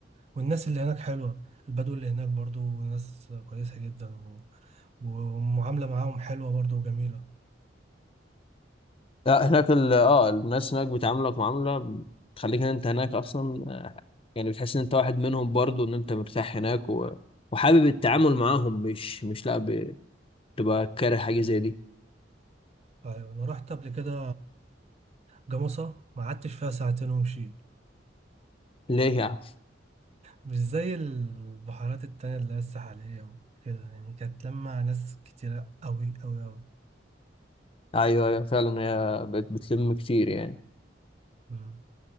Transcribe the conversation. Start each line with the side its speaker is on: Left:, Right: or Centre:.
Right: والناس اللي هناك حلوة البدو اللي هناك برضو ناس كويسة جدا و- ومعاملة معاهم حلوة برضو وجميلة
Left: لا هناك ال اه الناس هناك بتعاملك معاملة بتخليك ان انت هناك اصلا آه، يعني بتحس ان انت واحد منهم برضو ان انت مرتاح هناك و... وحابب التعامل معاهم مش مش لا ب- بتبقى كاره حاجة زي دي
Right: ايوه انا رحت قبل كده جمصة ما قعدتش فيها ساعتين ومشيت
Left: ليه يا عم
Right: مش زي البحيرات التانية اللي هي الساحلية وكده يعني كانت لما ناس كتيرة أوي أوي أوي
Left: ايوه ايوه فعلا هي بت... بتلم كتير يعني
Right: مم.